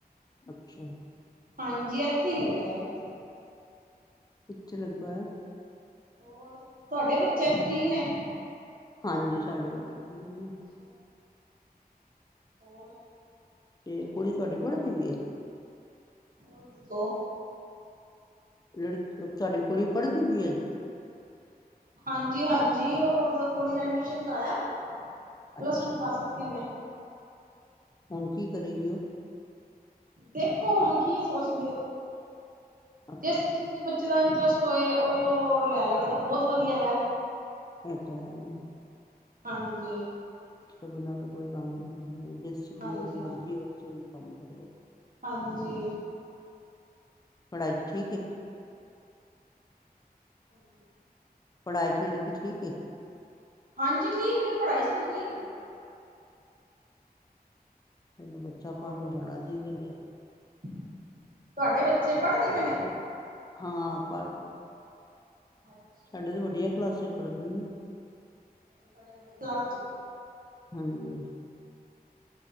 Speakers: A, on the left; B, on the right.
A: ਅੱਛਾ।
B: ਹਾਂਜੀ ਇੱਥੇ ਹੀ ਲੱਗਿਆ ਕਿਤੇ।
A: ਕਿੱਥੇ ਲੱਗਾ ਹੋਆ।
B: ਹੋਰ ਤੁਹਾਡੇ ਬੱਚੇ ਠੀਕ ਨੇ।
A: ਹਾਂਜੀ ਸਾਡੇ ਬੱਚੇ। ਠੀਕ ਨੇ।
B: ਅੱਛਾ। ਹੋਰ
A: ਤੇ ਕੁੜੀ ਤੁਹਾਡੀ ਪੜ੍ਹਦੀ ਵੀ
B: ਹੋਰ ਦੱਸੋ?
A: ਲੜਕ ਤੁਹਾਡੀ ਕੁੜੀ ਪੜ੍ਹਦੀ ਪੀਏ ਅਜੇ।
B: ਹਾਂਜੀ-ਹਾਂਜੀ ਓ ਓਦਾ ਕੋਲਜ ਐਡਮਿਸ਼ਨ ਕਰਾਇਆ। ਪਲੱਸ
A: ਅੱਛਾ
B: ਟੂ ਪਾਸ ਕੀਤੀ ਓਨੇ।
A: ਹੁਣ ਕੀ ਕਰੇਗੀ ਓ?
B: ਦੇਖੋ ਹੁਣ ਕੀ ਸੋਚਦੇ
A: ਅੱਛਾ
B: ਜਿਸ
A: ਅੱਛਾ
B: ਚੀਜ਼ ਬੱਚੇ ਦਾ ਇੰਟਰਸ ਹੋਏ ਓਈਓ ਲੈ ਲਵੇ ਤਾਂ ਬਹੁਤ ਵਧੀਆ ਗਾ
A: ਏ ਤਾਂ ਹੈ ਈ
B: ਹਾਂਜੀ।
A: ਤੋਂ ਬਿਨਾਂ ਬੀ ਕੋਈ ਕੰਮ ਨੀ ਹੈਗਾ ਜਿਸ ਚ ਮਤਲਬ
B: ਹਾਂਜੀ,
A: ਮਰਜ਼ੀ
B: ਹਾਂ,
A: ਹੋ ਓ ਚ ਓਹੀ ਕੰਮ ਕਰੇ ਓ
B: ਹਾਂਜੀ।
A: ਪੜਾਈ ਚ ਠੀਕ ਏ
B: ਹਾਂਜੀ
A: ਪੜ੍ਹਾਈ ਚ ਲੜਕੀ ਠੀਕ ਏ?
B: ਹਾਂਜੀ ਠੀਕ ਏ ਪੜ੍ਹਾਈ ਚ ਤਾਂ ਠੀਕ ਏ
A: ਤੈਨੂੰ ਬੱਚਾ
B: ਹੋਰ
A: ਪੜ੍ਹਨ
B: ਤੁਸੀਂ
A: ਜਾਣਾ ਚਾਈਦਾ ਗਾ
B: ਤੁਹਾਡੇ ਬੱਚੇ ਪੜ੍ਹਦੇ ਪਏ ਨੇ?
A: ਹਾਂ ਪਰ
B: ਅੱਛਾ,
A: ਸਾਡੇ ਤਾਂ ਵੱਡੀਆਂ ਕਲਾਸਾਂ ਚ ਪੜ੍ਹਦੇ ਨਾ
B: ਬੱਚੇ ਤੂਹਾਡੇ ਵੱਡੀ ਕਲਾਸ ਚ ਨੇ
A: ਹਾਂਜੀ।